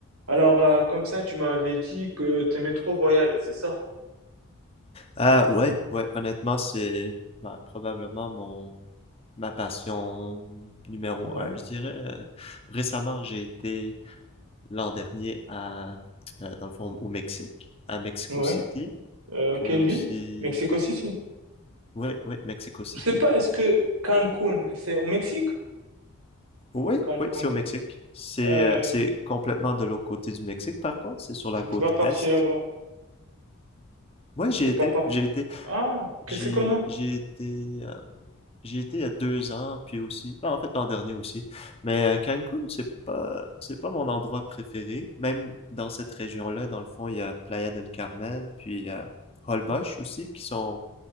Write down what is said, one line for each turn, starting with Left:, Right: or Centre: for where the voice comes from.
Right: Alors, euh, comme ça, tu m'avais dit que t'aimais trop voyager, c'est ça?
Left: Ah ouais, ouais, honnêtement, c'est ben, probablement mon ma passion numéro
Right: Ouais,
Left: un, je dirais. Euh, Récemment, j'ai été l'an dernier à euh, dans le fond au Mexique, à Mexico
Right: ouais.
Left: City,
Right: Euh,
Left: puis
Right: quelle
Left: aussi
Right: ville? Mexico City.
Left: ouais, ouais, Mexico City.
Right: Je sais pas, est-ce que Cancun, c'est au Mexique?
Left: Oui,
Right: Cancun.
Left: oui, c'est au Mexique. C'est
Right: Euh,
Left: euh, c'est complètement de l'autre côté du Mexique, par contre, c'est sur
Right: t'es
Left: la côte
Right: t'es pas parti
Left: est.
Right: là-bas.
Left: Ouais, j'y
Right: T'es
Left: étais,
Right: pas parti.
Left: j'y étais.
Right: Ah, que
Left: j'ai
Right: c'est comment?
Left: j'ai été euh, j'y étais il y a deux ans, puis aussi, ben, en fait l'an dernier aussi. Mais euh, Cancun, c'est pas, c'est pas mon endroit préféré. Même dans cette région-là, dans le fond, il y a Playa del Carmen, puis euh, Holbox
Right: Ouais.
Left: aussi, qui sont